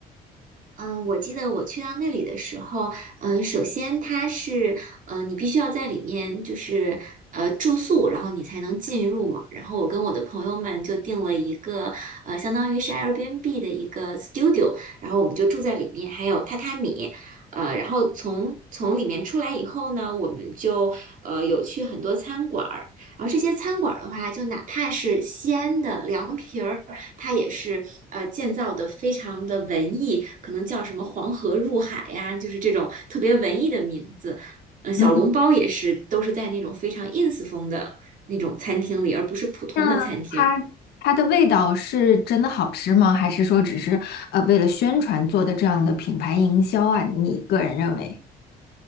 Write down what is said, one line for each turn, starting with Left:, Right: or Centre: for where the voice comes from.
Right: 嗯，呃我记得我去到那里的时候，嗯，首先它是，呃，你必须要在里面就是呃住宿，然后你才能进入嘛。然后我跟我的朋友们就订了一个，呃，相当于是 Airbnb 的一个 studio，然后我们就住在里面，还有榻榻米，呃，然后从从里面出来以后呢，我们就呃有去很多餐馆儿，然后这些餐馆儿的话，就哪怕是西安的凉皮儿。它也是呃建造的非常的文艺，可能叫什么黄河入海呀，就是这种特别文艺的名字。嗯，小笼包也是，
Left: 嗯，
Right: 都是在那种非常 ins 风的那种餐厅里，而不是普通的餐厅。
Left: 那它它的味道是真的好吃吗？还是说只是呃为了宣传做的这样的品牌营销啊？你个人认为？